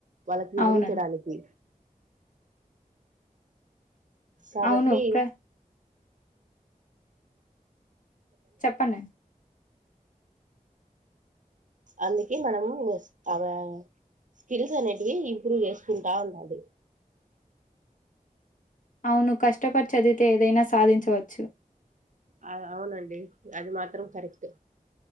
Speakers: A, on the right; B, on the left.
A: వాళ్లకి వివరించడానికి
B: అవునండి.
A: కాబట్టి
B: అవును. ప్ర చెప్పండి
A: అందుకే మనము అవ్వ స్కిల్స్ అనేటివి ఇంప్రూవ్ చేసుకుంటా ఉండాలి
B: అవును కష్టపడి చదివితే ఏదైనా సాధించవచ్చు
A: ఆ అవునండి అది మాత్రం కరెక్ట్